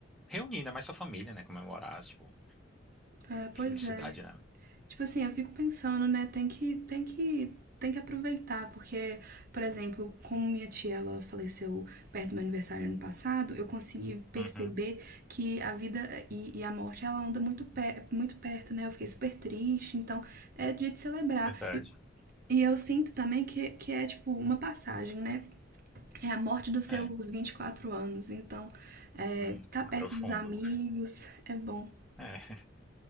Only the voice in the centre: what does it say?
reunir ainda mais sua família, né? Comemorar, tipo,
felicidade,
né?
Uhum.
Verdade.
É.
Hum,
profundo.
É.